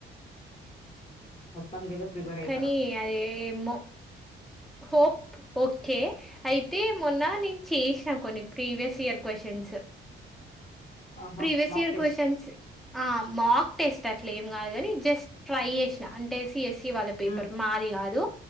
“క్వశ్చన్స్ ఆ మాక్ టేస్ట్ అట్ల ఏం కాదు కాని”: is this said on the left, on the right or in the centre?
Centre